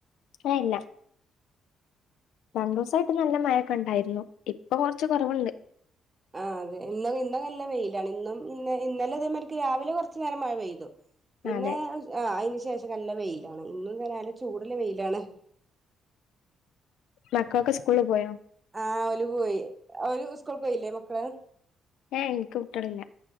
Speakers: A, on the left; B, on the right.
A: ഏഹ് ഇല്ല രണ്ടൂസായിട്ട് നല്ല മയൊക്കെണ്ടായിര്ന്നു ഇപ്പൊ കൊർച്ച് കൊറവിണ്ട്
B: ആഹ് അതെ ഇന്നൊകെ ഇനൊകല്ല വെയിലാണ് ഇന്നും ഇന്ന ഇന്നലെ ഇതേമാര്ക്ക് രാവിലെ കൊർച്ച് നേരം മഴ പെയ്തു. പിന്നെ
A: അതെ
B: ഉ ആഹ് അയിന് ശേഷൊക്കല്ലെ വെയ്ലാണ് ഇന്നും തെന്നെ നല്ല ചൂട്ല്ല വെയിലാണ്.
A: മക്ളൊക്കെ സ്കൂള്ള് പോയോ.
B: ആഹ് ഓല് പോയി ഓല് സ്കൂൾകോയ്ലേ മക്കള്
A: ഏയ്‌ ഇൻക്ക് കുട്ട്യാളില്ല